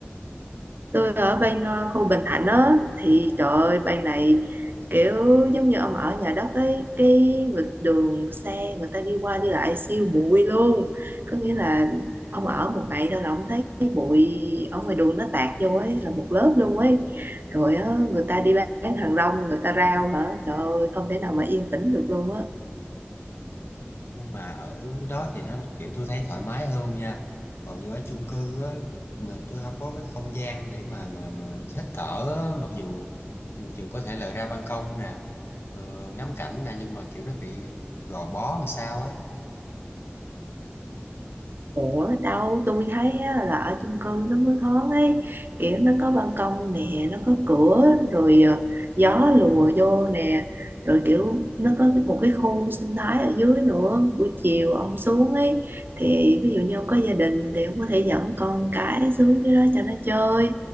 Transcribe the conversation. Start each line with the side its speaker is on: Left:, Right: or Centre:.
Right: tôi ở bên ờ, khu Bình Thạnh á thì trời ơi bên này kiểu giống như ông ở nhà đất ấy cái vực đường xe người ta đi qua đi lại siêu bụi luôn có nghĩa là ông ở một ngày thôi là ông thấy cái bụi ở ngoài đường nó tạt vô ấy là một lớp luôn ấy rồi á người ta đi bán hàng rong người ta rao hả trời ơi không thể nào mà yên tĩnh được luôn á
Left: nhưng mà ở đó thì nó kiểu tôi thấy thoải mái hơn nha còn như ở chung cư á mà tôi không có cái không gian để mà mà mà hít thở á, mặc dù mặc dù có thể là ra ban công nè ờ, ngắm cảnh nè nhưng mà kiểu nó bị gò bó mà sao á
Right: Ủa đâu tôi thấy á, là ở chung cư nó mới thoáng ấy kiểu nó có ban công nè nó có cửa rồi ờ, gió lùa vô nè rồi kiểu nó có cái- một cái khu sinh thái ở dưới nữa buổi chiều ông xuống ấy thì ví dụ như ông có gia đình thì ông có thể dẫn con cái xuống dưới đó cho nó chơi